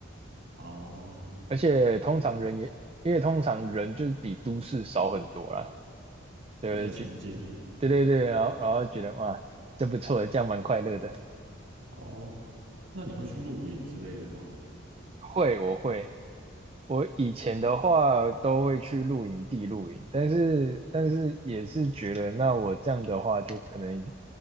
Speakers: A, on the right; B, on the right.
A: 哦
B: 而且通常人也因为通常人就是比都市少很多啦，就就
A: 比较亲近
B: 对对对，然后然后觉得哇，真不错，这样蛮快乐的。
A: 哦？那你会去露营之类的吗？
B: 会，我会，我以前的话都会去露营地露营，
A: 哦
B: 但是但是也是觉得，那我这样的话，就可能，